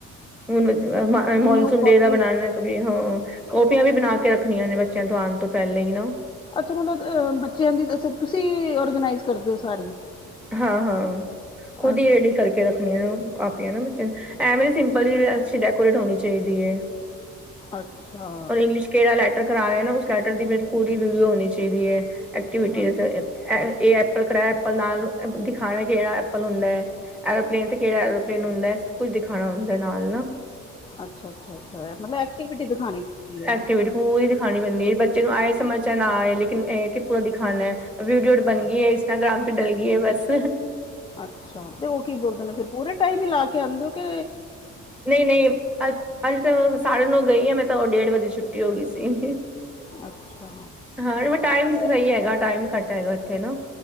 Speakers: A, in the centre; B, on the left.
A: ਹੁਣ ਮੌਨਸੂਨ
B: ਨਿਊ ਕਾਪੀ
A: ਡੇ ਦਾ ਬਣਾਉਣਾ ਕੀ ਵੀ ਹਾਂ। ਕੌਪੀਆਂ ਵੀ ਬਣਾ ਕੇ ਰੱਖਣੀਆਂ ਨੇ ਬੱਚਿਆਂ ਤੋਂ ਆਣ ਤੋਂ ਪਹਿਲੇ ਹੀ ਨਾ।
B: ਅੱਛਾ, ਮਤਲਬ ਅ ਬੱਚਿਆਂ ਦੀ ਤੁਸੀਂ ਔਰਗਨਾਈਜ਼ ਕਰਦੇ ਹੋ ਸਾਰੀ।
A: ਹਾਂ-ਹਾਂ ਖੁਦ
B: ਅੱਛਾ
A: ਹੀ ਰੇਡੀ ਕਰਕੇ ਰੱਖ ਨਿਊ ਕਾਪੀਆਂ ਨਾ ਬੱਚਿਆਂ ਨੂੰ, ਐਵੇਂ ਦੀ ਸਿੰਪਲ ਜੀ ਅੱਛੀ ਡੈਕੋਰੇਟ ਹੋਣੀ ਚਾਹੀਦੀ ਐ।
B: ਅੱਛਾ
A: ਔਰ ਇੰਗਲਿਸ਼ ਕਿਹੜਾ ਲੈਟਰ ਕਰਾ ਰਹੇ ਨਾ ਉਸ ਲੈਟਰ ਦੀ ਮੇਰੀ ਪੂਰੀ ਵੀਡੀਓ ਹੋਣੀ ਚਾਹੀਦੀ ਐ। ਐਕਟੀਵਿਟੀ
B: ਅੱਛਾ
A: ਅਸਤੇ, ਐਪਲ ਕਰਲ ਨਾਲ ਦਿਖਾਣਾ ਕਿੜਾ ਐਪਲ ਹੁੰਦਾ ਐ। ਐਰੋਪਲੇਨ ਤੇ ਕਿਹੜਾ ਐਰੋਪਲੇਨ ਹੁੰਦਾ ਏ, ਸਭ ਕੁਛ ਦਿਖਾਣਾ ਹੁੰਦਾ ਨਾਲ ਨਾ।
B: ਅੱਛਾ-ਅੱਛਾ-ਅੱਛਾ ਮਤਲਬ ਐਕਟੀਵਿਟੀ ਦਿਖਾਣੀ ਪੈਂਦੀ ਐ।
A: ਐਕਟੀਵਿਟੀ ਪੂਰੀ ਦਿਖਾਣੀ ਪੈਂਦੀ ਐ ਬੱਚੇ ਨੂੰ ਆਏ ਸਮਝ ਚ ਨਾ ਆਏ ਲੇਕਿਨ ਇਹ ਪੂਰਾ ਦਿਖਾਨਾ ਵੀਡੀਓ ਬਣ ਗਈ ਐ। ਇੰਸਟਾਗ੍ਰਾਮ ਤੇ ਡਲ ਗਈ ਐ ਬਸ।
B: ਅੱਛਾ ਤੇ ਉਹ ਕੀ ਬੋਲਦੇ ਨੇ ਫਿਰ ਪੂਰੇ ਟਾਈਮ ਹੀ ਲਾ ਕੇ ਆਦੇ ਓ ਕੇ।
A: ਨਈ-ਨਈ ਅ ਅੱਜ ਤਾਂ ਮੈਂ ਸਾਢੇ ਨੌ ਗਈ ਹਾਂ ਮੈਂ ਤਾਂ ਉਹ ਡੇਢ ਵਜੇ ਛੁੱਟੀ ਹੋ ਗਈ ਸੀ।
B: ਅੱਛਾ।
A: ਹਾਂ ਟਾਈਮ ਸਹੀ
B: ਫਿਰ
A: ਹੈਗਾ,
B: ਹੈ ਹੀ।
A: ਟਾਈਮ ਘੱਟ ਹੈਗਾ ਉੱਥੇ ਨਾ।